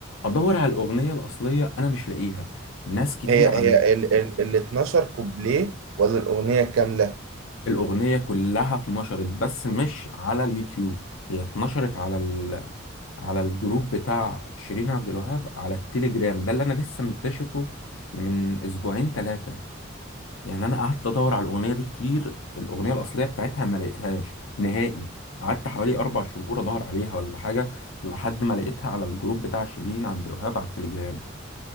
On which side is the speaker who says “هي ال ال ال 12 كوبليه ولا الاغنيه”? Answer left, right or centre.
Right